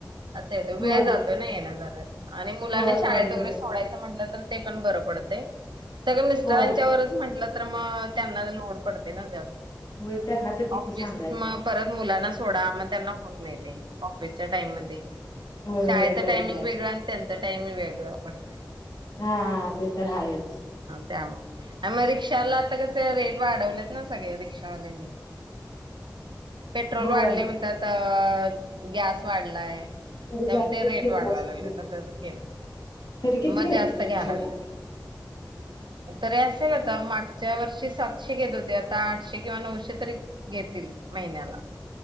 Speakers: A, on the right (about 85°); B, on the left (about 65°).
A: असं येतंय वेळ
B: होय
A: जातोय ना येण्या जाण्यात आणि मुलाने
B: होय
A: <unintelligible>
B: बरोबर आहे
A: सोडायचं म्हणलं तर ते पण बरं पडतंय. सगळं मिस्टरांच्या
B: होय
A: वरच म्हटलं तर म त्यांना लोड पडतंय ना जास्त.
B: होय त्यांना तर
A: <unintelligible>
B: किती सांगायचं
A: म परत मुलांना थोडा मग त्यांना होत नाही ते. ऑफिसच्या टाइम मध्ये
B: होय
A: शाळेचा
B: होय बरोबर
A: टायमिंग
B: आहे
A: वेगळा आणि त्यांच टाईम वेग ळं पडतंय.
B: हा ते तर हायच!
A: त्यामुळ आम रिक्षाला आता कस रेट वाढवलेत ना सगळे. रिक्षावाल्यांनी पेट्रोल
B: होय
A: वाढलय म्हणतात! अ गॅस वाढलाय!
B: तरी
A: त्यामुळे
B: जास्त
A: ते रेट
B: घेत
A: वाढवायला
B: असतील
A: लागले असं असं केलं
B: तरी
A: मग
B: किती
A: जास्त
B: घेतात
A: घ्यालागलेत
B: रिक्षाला
A: तरी असेल आता मागच्या वर्षी सातशे घेत होते, आता आठशे किंवा नऊशे तरी घेतील महिन्याला